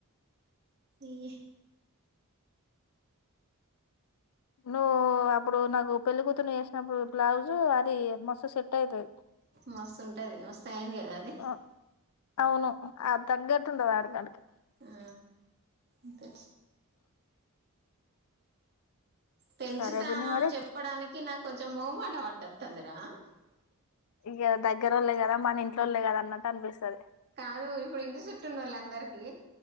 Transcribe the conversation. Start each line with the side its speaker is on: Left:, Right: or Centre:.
Right: ఇయ్యి
Left: నువ్వు అప్పుడు నాకు పెళ్ళి కూతురు ని చేసినప్పుడు బ్లౌజు అది మస్తు సెట్ అయితది
Right: మస్తు ఉంటది మస్త అయింది కదా అది
Left: ఆ అవును అ తగ్గట్టుంటది ఆడికాడికి
Right: ఆ ఇంకా పెంచుతాన
Left: సరే పిన్ని
Right: అని
Left: మరి
Right: చెప్పడానికి నాకు కొంచ మౌమాట అదువతంధిరా
Left: ఇక దగ్గరోళ్ళే కదా మన ఇంట్లోళ్ళే కదా అన్నట్టు అనిపిస్తది
Right: కాదు ఇప్పుడు ఇంటి చుట్టూ ఉండ వాళ్ళ అందరికి